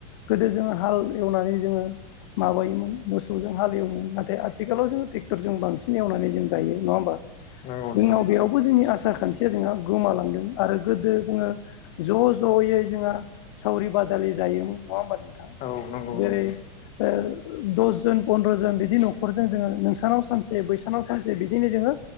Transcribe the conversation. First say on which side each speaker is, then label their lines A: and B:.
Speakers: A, on the left; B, on the left.
A: गोदो जों हाल एवनानै जोंङो माबायोमोन मोसौजों हालेवोमोन नाथाय आथिखालाव जोंङो ट्रेक्टरजों बांसिन एवनानै जों गायो नंङा होमबा?
B: नंगौ
A: जोंनाव
B: नोंथां
A: बेयावबो जोंनि आसार खान्थिया जोंहा गोमालांदों आरो गोदो जोंङो ज' ज'यै जोंहा सावरि बादालि जायोमोन नंङा होमबा नोंथां
B: औ नंगौ
A: जेरै
B: नंगौ
A: ओ दसजन फन्द्र' जन बिदि न'खरजों जोंङो नोंसानाव सानसे बैसानाव सानसे बिदिनो जोंङो